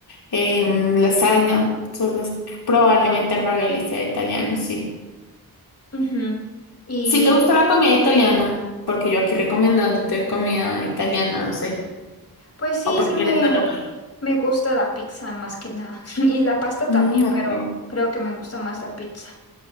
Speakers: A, on the left; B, on the left.
A: eh, mm, lasaña. Entonces, probablemente el ravioli sea italiano, sí.
B: Ujú. Y
A: Si te gusta la comida italiana, porque yo aquí recomendándote comida italiana, no sé,
B: pues sí,
A: o prefieres
B: sí me,
A: de otro país.
B: me gusta la pizza más que nada. <laughs> Y la pasta también,
A: Mm, ok.
B: pero creo que me gusta más la pizza.